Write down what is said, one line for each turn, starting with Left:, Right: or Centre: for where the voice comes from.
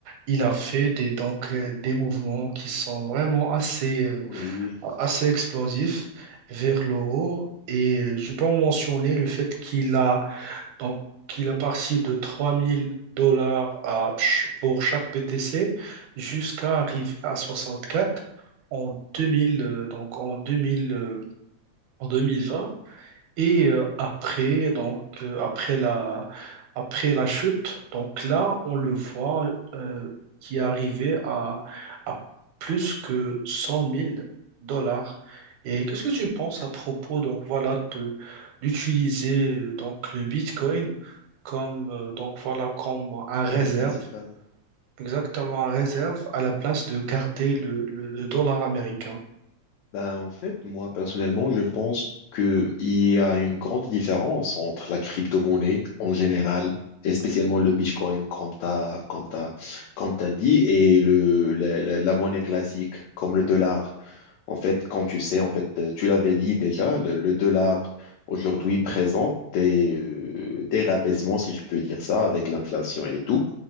Right: il a fait des, donc, euh, des mouvements qui sont vraiment assez, euh,
Left: Oui,
Right: assez explosifs vers l'euro. Et euh, je peux en mentionner le fait qu'il a donc, il est parti de 3000 dollars à, ch- pour chaque BTC jusqu'à arriver à 64 en 2000, euh, donc en 2000, euh, en 2020. Et euh, après, donc, euh, après la, après la chute, donc là, on le voit euh, qui est arrivé à, à plus que cent mille dollars. Et qu'est-ce que tu penses à propos, donc voilà, de d'utiliser euh, donc le Bitcoin comme euh, donc voilà comme un
Left: mon
Right: réserve,
Left: aide principale.
Right: exactement un réserve à la place de garder le, le, le dollar américain.
Left: Ben, en fait, moi, personnellement, je pense qu'il y a une grande différence entre la crypto-monnaie en général, et spécialement le Bitcoin, comme tu as, comme t'as- comme t'as dit, et le, la, la- la monnaie classique, comme le dollar. En fait, comme tu sais, en fait, euh, tu l'avais dit déjà, le, le dollar aujourd'hui présente des, euh, des rabaissements, si je peux dire ça, avec l'inflation et tout.